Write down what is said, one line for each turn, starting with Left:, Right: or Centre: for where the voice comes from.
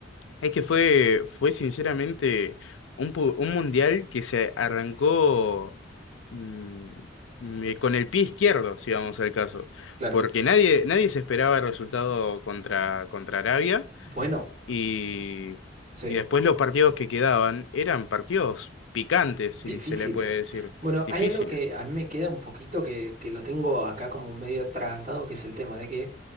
Left: Es que fue, fue sinceramente un, pu- un mundial que se arrancó mm, me- con el pie izquierdo, si vamos al caso,
Right: Claro.
Left: porque nadie, nadie se esperaba el resultado contra, contra Arabia
Right: Bueno,
Left: y,
Right: sí.
Left: y después los partidos que quedaban eran partidos picantes,
Right: Difíciles.
Left: si se le puede decir,
Right: Bueno,
Left: difíciles.
Right: hay algo que a mí me queda un poquito que, que lo tengo acá como medio atragantado, que es el tema de que